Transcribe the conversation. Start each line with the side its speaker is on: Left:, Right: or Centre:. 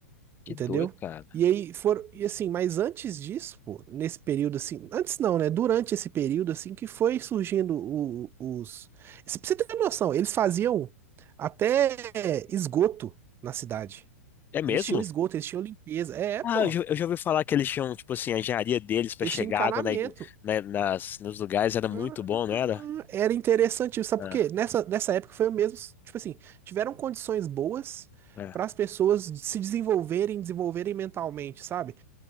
Left: Que
Right: Entendeu?
Left: doido, cara.
Right: E aí foram, e assim, mas antes disso, pô, nesse período assim, antes não, né? Durante esse período assim que foi surgindo o- os, se- Pra você ter noção, eles faziam até esgoto na cidade.
Left: É mesmo?
Right: Eles tinham esgoto, eles tinham limpeza. É, é,
Left: Ah,
Right: pô,
Left: eu já, eu já ouvi falar que eles tinham, tipo assim, a engenharia deles pra
Right: eles
Left: chegar
Right: tinham encanamento.
Left: água na, igre- na- nas, nos lugares era
Right: Ah,
Left: muito bom, não era?
Right: Era interessante, sabe
Left: É,
Right: por quê? Nessa, nessa época foi o mesmo, tipo assim, tiveram condições boas
Left: é.
Right: para as pessoas se desenvolverem, desenvolverem mentalmente, sabe?